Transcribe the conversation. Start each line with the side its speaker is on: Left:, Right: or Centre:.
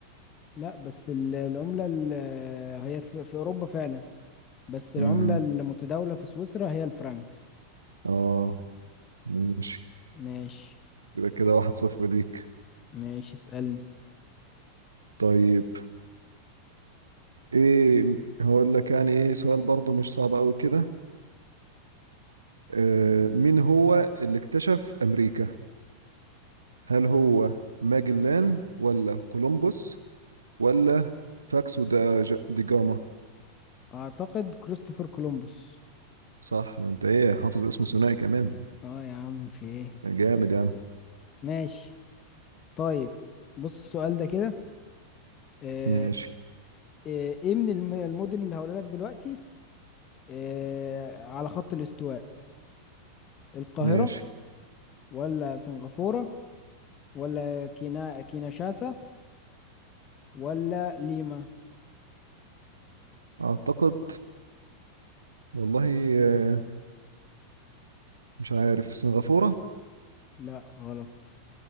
Left: لا بس ال- العملة ال- هي في في أوروبا فعلا بس العملة
Right: امم
Left: المتداولة في سويسرا هي الفرنك
Right: اه ماشي
Left: ماشي
Right: يبقى كده واحد صفر ليك
Left: ماشي اسألني
Right: طيب ايه هقول لك يعني ايه سؤال برضو مش صعب قوي كده آه مين هو اللي اكتشف امريكا هل هو ماجلان ولا كولومبوس ولا فاكسو دا ج- دي جاما
Left: اعتقد كريستوفر كولومبوس
Right: صح انت ايه حافظ اسمه ثنائي كمان
Left: اه يا عم في ايه
Right: جامد يا عم
Left: ماشي طيب بص السؤال ده كده آه،
Right: ماشي
Left: آه، ايه من الم- المدن اللي هقولها لك دلوقتي آه، على خط الاستواء القاهرة
Right: ماشي
Left: ولا سنغافورة ولا كينا كينشاسا ولا ليما
Right: اعتقد والله آه مش عارف سنغافورة
Left: لا غلط